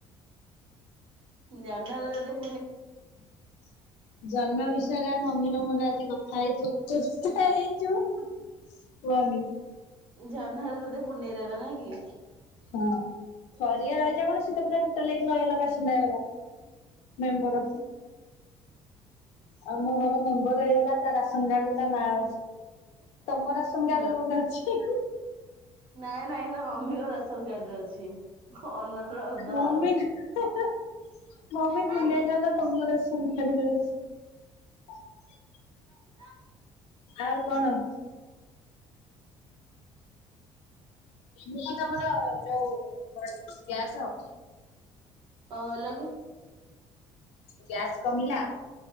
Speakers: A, on the right (about 55°); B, on the left (about 80°).
A: ଜହ୍ନ ଯେତେବେଳେ
B: <inaudible> ଜହ୍ନ ବିଷୟରେ ମମି ର ମୋର ଆଜି କଥା ହେଇଚୁ <inaudible> <inaudible> ହେଇଚୁ। କୁହନି।
A: ଜହ୍ନରେ ତତେ ପୁନେଇ ରାଣ ନା କି।
B: ହଁ ଥରିଆ ରହିଚ ମାନେ ସେ ସେ ପୁରା ଟୋଟାଲେ ଏଠେ ରହିଗଲା ବାସିନ୍ଦା ହେଇଗଲା ମେମ୍ବର। ଆମ ଘର ମେମ୍ବର ହେଇଗଲା ତା ରାସନ କାର୍ଡରେ ତା ନା ଅଛି ତମ ରାସନ
A: ହଁ।
B: କାର୍ଡରେ ବୋଧେ ଅଛି। ହିଁ -ହିଁ।
A: ନାଇଁ ନାଇଁ ହେଟା ମମିଙ୍କ ରାସନ୍ କାର୍ଡରେ ଅଛି। ଅନର ଅଫ ଦ
B: ମମିଙ୍କ
A: ହାଉସ
B: ହେଁ -ହେଁ ମମି
A: ହାଇ
B: ପୁନେଇଁ ଜହ୍ନ ତମ ରାସନ୍ କାର୍ଡ ରେ ଅଛି।
A: ନାଇ
B: ଆଉ କଣ? କେମି-ଇଏ ତମର ଯଉ <unintelligible> ଗ୍ୟାସ।
A: କଣ କହିଲ କି?
B: ଗ୍ୟାସ୍ କମିଲା?